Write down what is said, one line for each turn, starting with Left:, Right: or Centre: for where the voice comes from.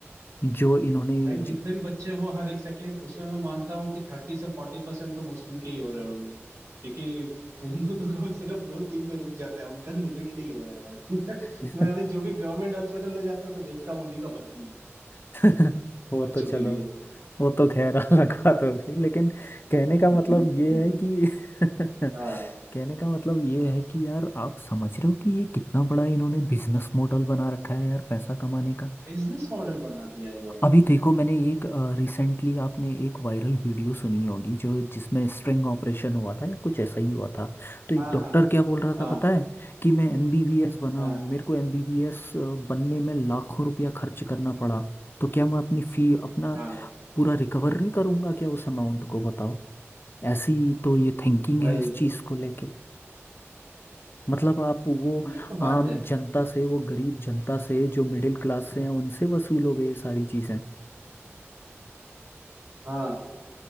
Left: जो इन्होंने
Right: भाई जितने
Left: ज-
Right: भी बच्चे हो हर एक सेकंड उसमें मैं मानता हूँ कि थर्टी से फोर्टी परसेंट तो मुस्लिम के ही हो रहे होंगे क्योंकि हिंदू तो कम से कम दो तीन पे रुक जाता है उनका लिमिट नहीं हो रहा है यार <laughs>
Left: <laughs>
Right: मैं अभी जो भी गवर्नमेंट हॉस्पिटल में जाता हूँ तो देखता हूँ उन्हीं का भर्ती है
Left: <laughs> वो
Right: बच्चों
Left: तो चलो
Right: के लिए
Left: वो तो खैर <laughs> अलग बात हो गई लेकिन कहने
Right: <laughs>
Left: का मतलब ये है कि <laughs>
Right: हाँ
Left: कहने का मतलब ये है कि यार आप समझ रहे हो कि ये कितना बड़ा इन्होंने बिजनेस मॉडल बना रखा है यार पैसा कमाने का
Right: बिजनेस मॉडल बना दिया है यार
Left: अभी देखो मैंने एक रिसेंटली आपने एक वायरल वीडियो सुनी होगी जो जिसमें स्ट्रिंग ऑपरेशन हुआ था या कुछ ऐसा ही हुआ था तो एक
Right: हाँ
Left: डॉक्टर
Right: हाँ
Left: क्या बोल रहा
Right: हाँ।
Left: था पता है कि मैं एमबीबीएस बना
Right: हाँ
Left: हूँ मेरे को एमबीबीएस बनने में लाखों रुपया खर्च करना पड़ा तो क्या मैं अपनी फी अपना
Right: हाँ
Left: पूरा रिकवर नहीं करूँगा क्या उस अमाउंट को बताओ ऐसी तो ये थिंकिंग
Right: वही
Left: है इस चीज़ को लेके मतलब आप वो
Right: यही तो बात
Left: आम
Right: है
Left: जनता से वो गरीब जनता से जो मिडिल क्लास से हैं उनसे वसूलोगे ये सारी चीज़ें
Right: हाँ